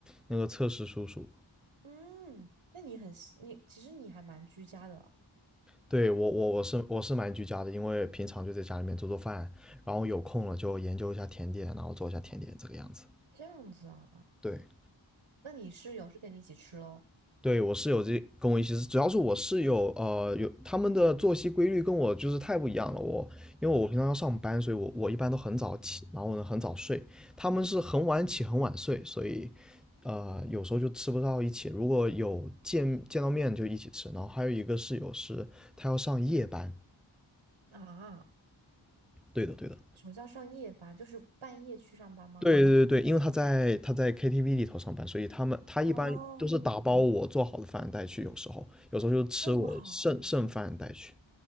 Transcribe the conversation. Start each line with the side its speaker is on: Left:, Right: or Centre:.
Centre: 那个测试叔叔。
Right: 嗯，那你很细你其实你还蛮居家的哦
Centre: 对，我我我是我是蛮居家的，因为平常就在家里面做做饭，然后有空了就研究一下甜点，然后做一下甜点这个样子。
Right: 这样子啊。
Centre: 对，
Right: 那你室友是跟你一起吃喽？
Centre: 对我室友这跟我一起是，主要是我室友呃有他们的作息规律跟我就是太不一样了。我因为我平常要上班，所以我我一般都很早起，然后呢很早睡，他们是很晚起很晚睡，所以呃有时候就吃不到一起。如果有见见到面就一起吃，然后还有一个室友是他要上夜班，
Right: 啊，
Centre: 对的对的，
Right: 什么叫上夜班？就是半夜去上班吗？
Centre: 对对对，因为他在他在 KTV 里头上班，所以他们他一般都是打包我做好的饭带去，
Right: 哦，
Centre: 有时候有时候就吃我剩剩饭带去，
Right: 这么好，